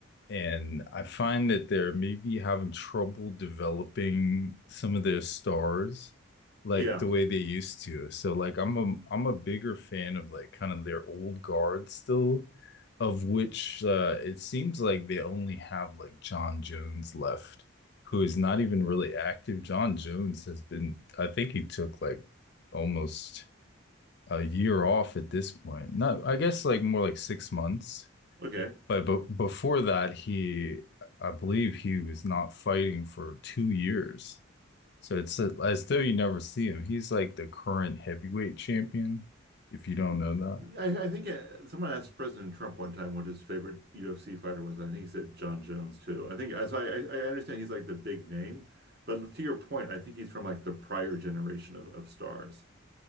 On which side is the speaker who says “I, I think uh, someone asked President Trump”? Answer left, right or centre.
Right